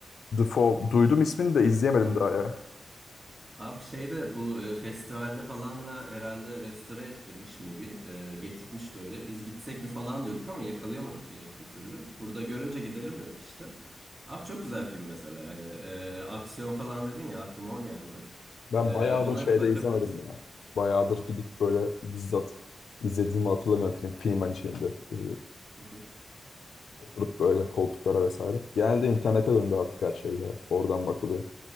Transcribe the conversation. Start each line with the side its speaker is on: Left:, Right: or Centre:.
Left: The Fall. Duydum ismini de izleyemedim
Right: <laughs>
Left: daha ya.
Right: Abi şeyde bu e, festivalde falan da herhalde restore ettirmiş Mubi. E, getirtmiş böyle. Biz gitsek mi falan diyorduk ama yakalayamadık bilet bir türlü. Burada görünce gidelim dedik işte. Abi çok güzel film mesela. Hani e, aksiyon falan dedin ya aklıma o geldi.
Left: Ben
Right: E,
Left: bayağıdır
Right: ona
Left: şeyde
Right: bir bakabilirsin.
Left: izlemedim ya. Bayağıdır gidip böyle bizzat izlediğimi hatırlamıyorum film. Filmen şeyinde. Ee,
Right: Hı hı.
Left: oturup böyle koltuklara vesaire. Genelde internete döndü artık her şey ya. Oradan bakılıyor.